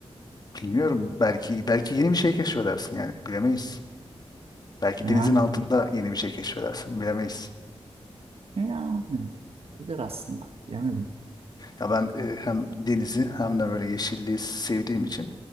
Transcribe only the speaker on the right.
Yani.
Yani. Bilir aslında. Bilemedim.